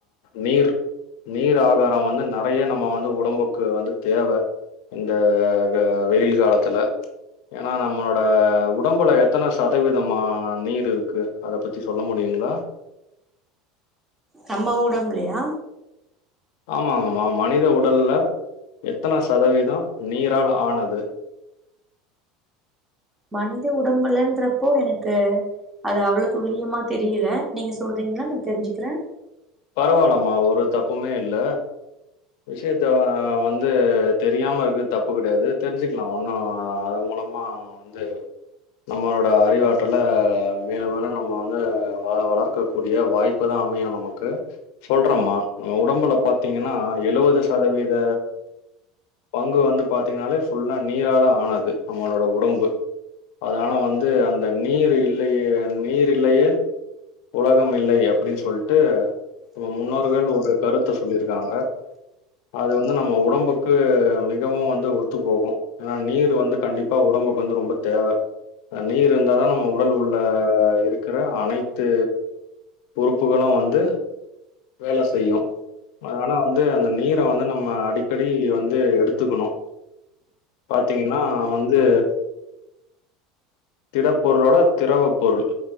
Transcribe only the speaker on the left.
நீர் நீர் ஆகாரோ வந்து நெறைய நம்ம வந்து உடம்புக்கு வந்து தேவ இந்த வெயில் காலத்துல ஏன்னா நம்மளோட உடம்புல எத்தன சதவீதமா நீர்யிருக்கு அத பத்தி சொல்ல முடியுங்களா
ஆமாங்கம்மா மனித உடல்ல எத்தன சதவீதோ நீரால் ஆனது
பரவால்லம்மா ஒரு தப்புமே இல்ல விஷியத்த வந்து தெரியாம இருக்குறது தப்பு கெடையாது தெரிஞ்சுக்கலா ஒண்ணு அதன் மூலமா வந்து நம்மளோட அறிவாற்றல மேலும் மேலும் நம்ம வந்து வ வளர்க்கக் கூடிய வாய்ப்புதா அமையு நமக்கு சொல்றேம்மா நம்ம உடம்புல பார்த்தீங்கன்னா எழுவது சதவீத பங்கு வந்து பாத்தீங்கன்னாலே ஃபுல்லா நீரால ஆனது நம்மளோட உடம்பு அதனால வந்து அந்த நீர் இல்லையே நீர் இல்லையே உலகமில்லை அப்டின்னு சொல்லிட்டு நம்ம முன்னோர்கள் ஒரு கருத்து சொல்லியிருக்காங்க அது வந்து நம்ம உடம்புக்கு மிகவோ வந்து ஒத்துப்போகோ ஏன்னா நீர் வந்து கண்டிப்பா உடம்புக்கு வந்து ரொம்ப தேவ நீர் இருந்தாதா நம்ம உடல்லுள்ள இருக்குற அனைத்து உறுப்புகளோ வந்து வேல செய்யும் ஆனா வந்து அந்த நீர வந்து நம்ம அடிக்கடி வந்து எடுத்துக்கணும் பாத்தீங்கன்னா வந்து திடப்பொருளோட திரவ பொருள்